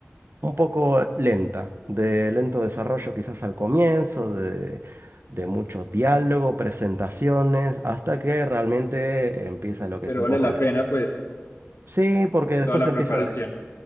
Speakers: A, on the right; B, on the left.
A: un poco lenta, de lento desarrollo quizás al comienzo, de, de mucho diálogo, presentaciones, hasta que realmente empieza lo que
B: Pero
A: es un
B: vale
A: poco
B: la
A: el...
B: pena,
A: el-
B: pues.
A: Sí, porque después
B: toda la
A: empieza
B: preparación.